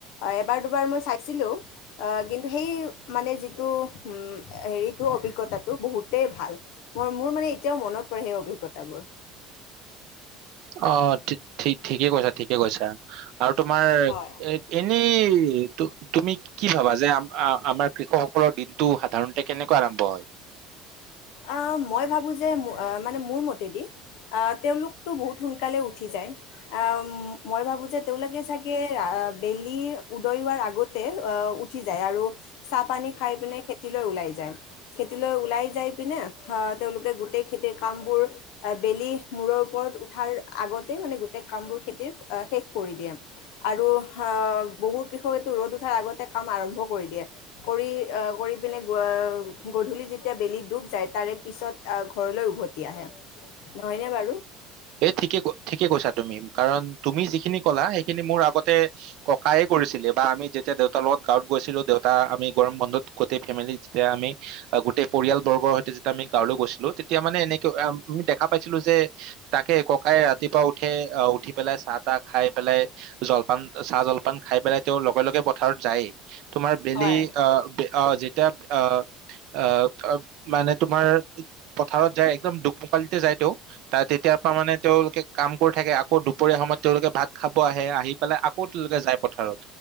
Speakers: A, on the left; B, on the right.
A: এবাৰ দুবাৰ মই চাইছিলোও কিন্তু সেই মানে যিটো হেৰিটো অভিজ্ঞতাটো বহুতেই ভাল মোৰ মোৰ মানে এতিয়াও মনত পৰে সেই অভিজ্ঞতাবোৰ।
B: অহ ', ঠিক ঠিকে কৈছা- ঠিকে কৈছা। আৰু তোমাৰ
A: হয়
B: এহ ', এনেই তুমি কি ভাবা যে আ আমাৰ কৃষকসকলৰ দিনটো সাধাৰণতে কেনেকুৱা আৰম্ভ হয়।
A: অ মই ভাবো যে মানে মোৰ মতেদি আহ তেওঁলোকতো বহুত সোনকালে উঠি যায়। আহ মই ভাবো যে তেওঁলোকে চাগে বেলি উদয় হোৱাৰ আগতে উঠি যায় আৰু চাহ পানী খাই পিনে খেতিলৈ ওলাই যায়। খেতিলৈ ওলাই যাই পিনে অ তেওঁলোকে গোটেই খেতিৰ কাম বোৰ বেলি মূৰৰ ওপৰত উঠাৰ আগত মানে গোটেই কাম বোৰ খেতিৰ শেষ কৰি দিয়ে আৰু আহ বহু কৃষকো ৰ'দ উঠাৰ আগতে কাম আৰম্ভ কৰি দিয়ে কৰি আহ কৰি পিনে গধূলি যেতিয়া বেলি দুব তাৰে পিছত ঘৰলৈ উভতি আহে। নহয়নে বাৰু?
B: এ' ঠিকে ক, ঠিকে কৈছা তুমি কাৰণ তুমি যিখিনি ক'লা সেইখিনি মোৰ আগতে ককায়ে কৰিছিলে বা আমি যেতিয়া দেউতাৰ লগত গাঁৱত গৈছিলো দেউতা আমি গৰম বন্ধত গোটেই ফেমিলি যেতিয়া আমি গোটেই পৰিয়াল বৰ্গৰ সৈতে যেতিয়া আমি গাঁৱলৈ গৈছিলো, তেতিয়া মানে এনেকে আমি দেখা পাইছিলো যে তাকে ককাই ৰাতিপুৱা উঠে, আহ' উঠি পেলাই চাহ তাহ খাই পেলাই, জলপান চাহ জলপান খাই পেলাই তেওঁ লগে লগে পথাৰত যায়েই। তোমাৰ বেলি
A: হয়
B: অ' অ' যেতিয়া অ', অ' মানে তোমাৰ পথাৰত যায় একদম দুখমুকালিতে যায় তেওঁ <unintelligible> মানে তেওঁলোকে কাম কৰি থাকে আকৌ দুপৰীয়া সময়ত তেওঁলোকে ভাত খাব আহে, আহি পেলাই আকৌ তেওঁলোকে যায় পথাৰত,